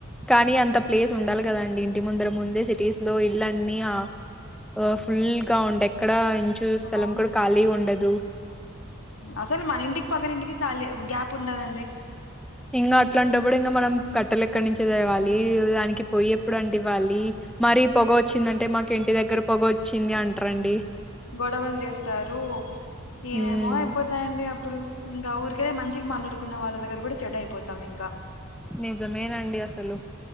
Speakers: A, in the centre; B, on the left.
A: కానీ అంత ప్లేస్ ఉండాలి కదాండి ఇంటి ముందర ముందే సిటీస్ లో ఇల్లన్నీ ఆ అ ఫుల్ గా ఉంటయి ఎక్కడ ఇంచు స్థలం
B: అవునండి
A: కూడా ఖాళీ ఉండదు
B: అసలు మన ఇంటికి పక్కన ఇంటికి ఖాళీ గ్యాప్ ఉండదండి
A: ఇంక అట్లాంటప్పుడు ఇంగ మనం కట్టెలు ఎక్కడ నుంచి‌ తేవాలి దానికి పొయ్యి ఎప్పుడు అంటివ్వాలి మరి పొగ వచ్చిందంటే మాకు ఇంటి దగ్గర పొగ వచ్చింది అంటరండి
B: గొడవలు చేస్తారు ఏమేమో
A: హ్మ్
B: అయిపోతాయండి అప్పుడు ఇంకా ఊరికనే మంచిగా మాట్లాడుకునే వాళ్ళ దగ్గర కూడా చెడ్డ అయిపోతాం ఇంకా
A: నిజమేనండి అసలు